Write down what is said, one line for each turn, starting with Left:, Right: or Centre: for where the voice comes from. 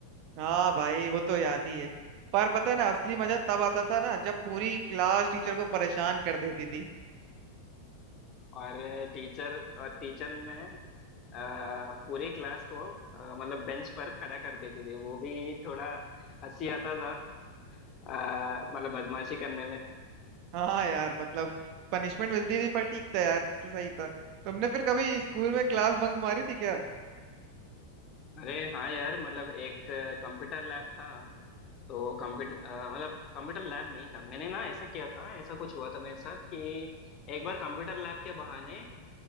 Right: हाँ भाई वो तो याद ही है पर पता है ना असली मजा तब आता था ना जब पूरी क्लास टीचर को परेशान कर देती थी
Left: और टीचर और टीचर में अ, पूरी क्लास को अ, मतलब बेंच पर खड़ा कर देती थी वो भी थोड़ा हंसी आता था अ, मतलब बदमाशी करने में
Right: हाँ यार मतलब पनिशमेंट मिलती थी पर ठीक था यार तो सही था तुमने फिर कभी स्कूल में क्लास बंक मारी थी क्या
Left: अरे हाँ यार मतलब एक कंप्यूटर लैब था तो कंप्यूटर मतलब कंप्यूटर लैब नहीं था मैंने ना ऐसा किया था ऐसा कुछ हुआ था मेरे साथ कि एक बार कंप्यूटर लैब के बहाने